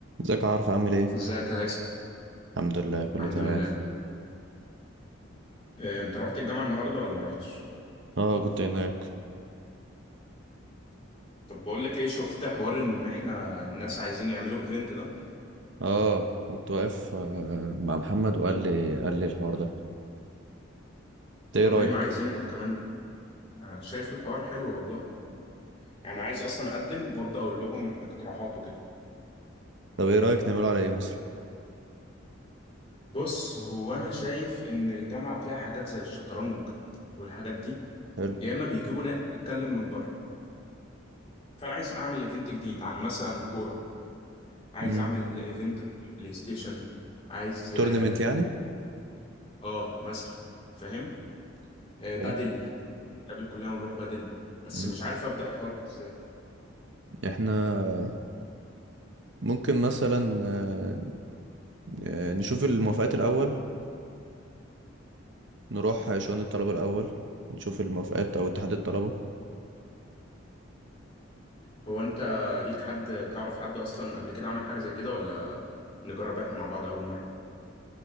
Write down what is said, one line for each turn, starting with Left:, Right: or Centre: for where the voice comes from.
Right: ازيك يا عارف عامل ايه
Left: ازيك يا هيثم
Right: الحمد لله كله
Left: الحمد
Right: تمام
Left: لله إيه، انت رحت الجامعة النهاردة ولا ما رحتش
Right: اه كنت هناك
Left: طب بقول لك ايه شفت حوار ان احنا الناس عايزين يعملوا ايفنت ده
Right: اه كنت واقف آه، مع محمد وقال لي قال لي الحوار ده انت ايه
Left: طب
Right: رايك
Left: ايه ما عايزين احنا كمان آه، شايف الحوار حلو والله يعني عايز اصلا اقدم وابدا اقول لهم اقتراحات وكده
Right: طب ايه رايك نعمله على ايه مثلا
Left: بص هو انا شايف ان الجامعة فيها حاجات زي الشطرنج والحاجات دي
Right: حلو
Left: يا اما بيجيبوا ناس تتكلم من بره فانا عايز اعمل ايفنت جديد عن مثلا كوره عايز
Right: امم
Left: اعمل ايفنت بلاي ستيشن عايز
Right: تورنمنت
Left: اه
Right: يعني
Left: آه، مثلا فاهم آه، بدل
Right: حلو
Left: نتقابل كلنا ونروح بدل بس
Right: امم
Left: مش عارف أبدأ الحوار ازاي
Right: احنا ممكن مثلا آه، آه، نشوف الموافقات الاول نروح شؤون الطلبه الاول نشوف الموافقات او اتحاد الطلبه
Left: هو انت ليك حد تعرف حد اصلا قبل كده عمل حاجة زي كده ولا نجرب احنا مع بعض اول مرة